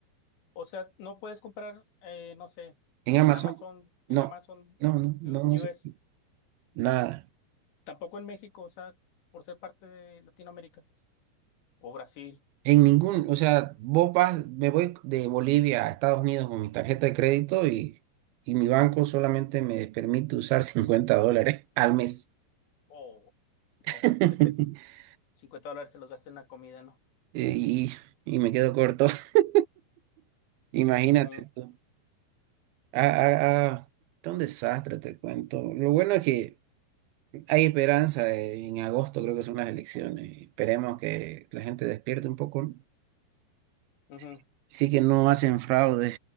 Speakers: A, on the left; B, on the right.
A: O sea, no puedes comprar, eh, no sé,
B: en
A: en
B: Amazon,
A: Amazon, en
B: no,
A: Amazon
B: no, no, no,
A: U-
B: no, sé,
A: US,
B: nada.
A: tampoco en México, o sea, por ser parte de Latinoamérica o Brasil,
B: En ningún, o sea, vos vas, me voy de Bolivia a Estados Unidos con mi tarjeta de crédito y, y mi banco solamente me permite usar <laughs> 50 dólares al mes.
A: o
B: <laughs>
A: no, pues de que 50 dólares te los gastes en la comida, ¿no?
B: Y, y me quedo corto. <laughs> Imagínate
A: Sí.
B: tú. Ah, ah, ah, está un desastre, te cuento. Lo bueno es que hay esperanza. eh, En agosto creo que son las elecciones. y Esperemos que la gente despierte un poco. ¿no?
A: ujú.
B: Sí, sí que no hacen fraude